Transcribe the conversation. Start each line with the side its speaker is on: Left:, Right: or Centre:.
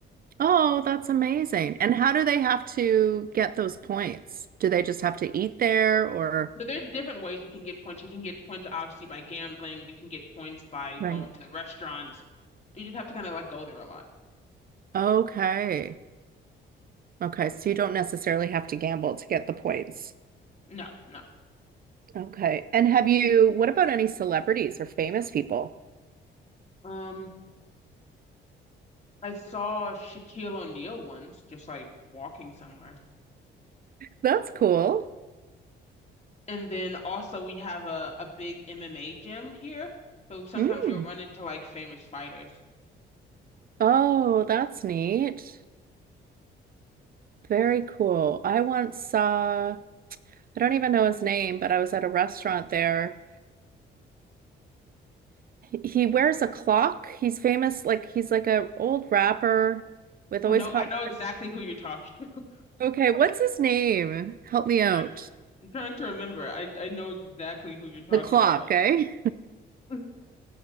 Right: Oh, that's amazing. And how do they have to get those points? Do they just have to eat there or?
Left: So there's different ways you can get points. You can get points obviously by gambling. You can get points by going
Right: Right.
Left: to the restaurants. You just have to kind of like go there a lot.
Right: Okay. Okay. So you don't necessarily have to gamble to get the points.
Left: No, no.
Right: Okay. And have you, what about any celebrities or famous people?
Left: Um, I saw Shaquille O'Neal once, just like walking somewhere.
Right: That's cool.
Left: And then also we have a, a big MMA gym here. So sometimes
Right: Mm.
Left: you'll run into like famous fighters.
Right: Oh, that's neat. Very cool. I once saw, I don't even know his name, but I was at a restaurant there. He wears a clock. He's famous, like he's like a old rapper with always
Left: I know
Right: hot
Left: I know exactly
Right: women.
Left: who you're talking. <laughs> I'm
Right: Okay, what's his name? Help me out.
Left: trying, I'm trying to remember. I I know exactly who you're
Right: The
Left: talking
Right: clock,
Left: about.
Right: eh?
Left: <laughs>